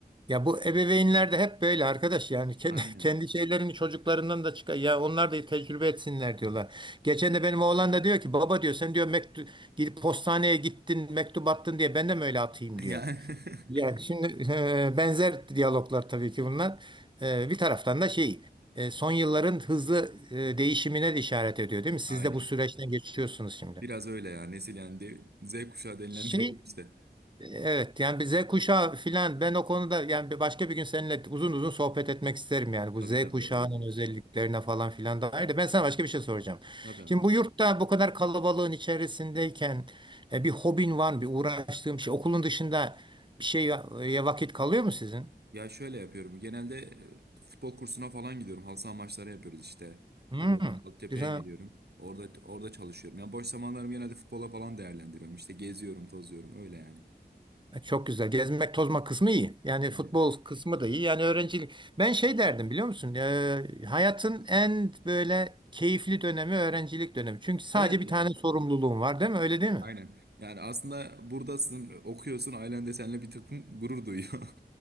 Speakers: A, on the right; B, on the right.
A: ya bu ebeveynler de hep böyle arkadaş. Yani kendi,
B: Aynen.
A: <laughs> kendi şeylerini çocuklarından da çıkar. Ya onlar da tecrübe etsinler diyorlar. Geçen de benim oğlan da diyor ki baba diyor sen diyor mektup gidip postaneye gittin mektup attın diye ben de mi öyle atayım
B: <laughs>
A: diyor.
B: Yani <laughs>
A: Ya şimdi e, benzer diyaloglar tabii ki bunlar. E, bir taraftan da şey e, son yılların hızlı e, değişimine de işaret ediyor değil mi? Siz
B: aynen.
A: de bu süreçten geçiyorsunuz şimdi.
B: Biraz öyle ya. Nesil yani de- Z kuşağı denilen
A: Şey
B: <laughs> nesil işte.
A: evet yani bir Z kuşağı filan ben o konuda yani bir başka bir gün seninle uzun uzun sohbet etmek isterim yani bu
B: Tabii
A: Z
B: tabii
A: kuşağının
B: olur abi.
A: özelliklerine falan filan dair de ben sana başka bir şey soracağım.
B: Tabii abi.
A: Şimdi bu yurtta bu kadar kalabalığın içerisindeyken e, bir hobin var mı? Bir uğraştığım şey okulun dışında bir şeye e, vakit kalıyor mu sizin?
B: Ya şöyle yapıyorum. Genelde e, futbol kursuna falan gidiyorum. Halı saha maçları yapıyoruz işte.
A: Hmm,
B: Burada bir altyapıya
A: güzel.
B: gidiyorum. Orada orada çalışıyorum. Yani boş zamanlarımı genelde futbola falan değerlendiriyorum. İşte geziyorum, tozuyorum öyle yani.
A: E, Çok güzel. Gezmek tozma kısmı iyi. Yani futbol
B: Aynen.
A: kısmı da iyi. Yani öğrencilik. Ben şey derdim biliyor musun? E, hayatın en böyle keyifli dönemi öğrencilik dönemi. Çünkü sadece
B: Evet
A: bir
B: ya.
A: tane sorumluluğun var değil mi? Öyle değil mi?
B: Aynen. Yani aslında buradasın, okuyorsun, ailen de seninle bir takım gurur duyuyor.